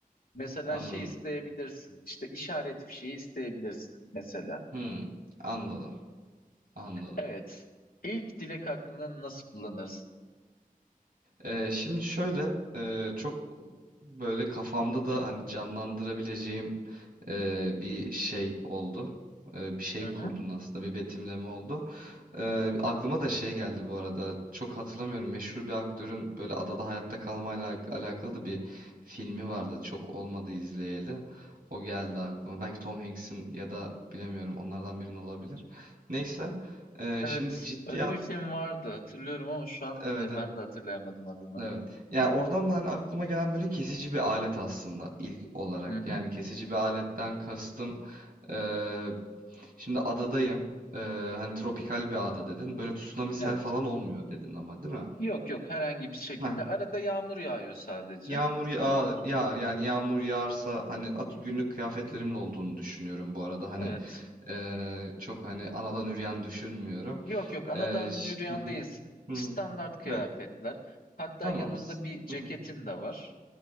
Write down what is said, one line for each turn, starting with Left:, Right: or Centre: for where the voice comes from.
Left: mesela
Right: Anladım.
Left: şey isteyebilirsin, işte işaret fişeği isteyebilirsin mesela.
Right: Hı. Anladım. Anladım.
Left: Evet, ilk dilek hakkını nasıl kullanırsın?
Right: Ee, şimdi şöyle e, çok böyle kafamda da hani canlandırabileceğim e, bir şey oldu. E, bir şey
Left: Hı hı.
Right: kurdun aslında bir betimleme oldu. E, aklıma da şey geldi bu arada çok hatırlamıyorum meşhur bir aktörün böyle adada hayatta kalmayla alak- alakalı da bir filmi vardı. Çok olmadı izleyeli. O geldi aklıma. Belki Tom Hanks'in ya da bilemiyorum onlardan birinin olabilir. Neyse e,
Left: Evet,
Right: şimdi ciddi
Left: öyle bir film vardı hatırlıyorum ama şu an
Right: evet
Left: e,
Right: evet
Left: ben de hatırlayamadım adını.
Right: Evet. Yani oradan da hani aklıma gelen böyle kesici bir alet aslında ilk olarak.
Left: Hı hı.
Right: Yani kesici bir aletten kastım eee, şimdi adadayım. Eee, hani tropikal bir ada dedin. Böyle tsunami sel
Left: Evet.
Right: falan olmuyor dedin ama değil mi?
Left: Yok yok herhangi bir şekilde.
Right: Ha,
Left: Arada yağmur yağıyor sadece.
Right: yağmur yağar, yağar. Yani yağmur yağarsa hani at, günlük kıyafetlerimin olduğunu düşünüyorum bu arada. Hani
Left: Evet.
Right: eee, çok hani anadan üreyen düşünmüyorum.
Left: Yok yok anadan
Right: Eee, ş-
Left: yürüyen
Right: hı hı.
Left: değilsin.
Right: Hı
Left: Standart
Right: hı.
Left: kıyafetler.
Right: Ve-
Left: Hatta
Right: Tamam.
Left: yanında
Right: s-
Left: bir ceketin
Right: hı hı.
Left: de var.